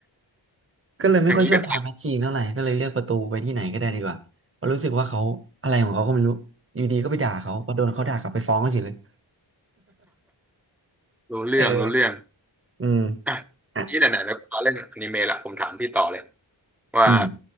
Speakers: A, on the right (about 30°); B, in the centre.
A: ก็เลยไม่ค่อยชอบทำแมชชีนเท่าไหร่ก็เลยเลือกประตูไปที่ไหนก็ได้ดีกว่าเพราะรู้สึกว่าเขาอะไรของเขาก็ไม่รู้อยู่ดีก็ไปด่าเขาพอโดนเขาด่ากลับไปฟ้องเขาเฉยเลย
B: อย่างนี้ก็ได้รู้เรื่องรู้เรื่อง
A: เอออืม
B: อ่ะ
A: อ่ะ
B: พี่ไหนๆแล้วก็เล่นอนิเมะละผมถามพี่ต่อเลยว่า
A: อืม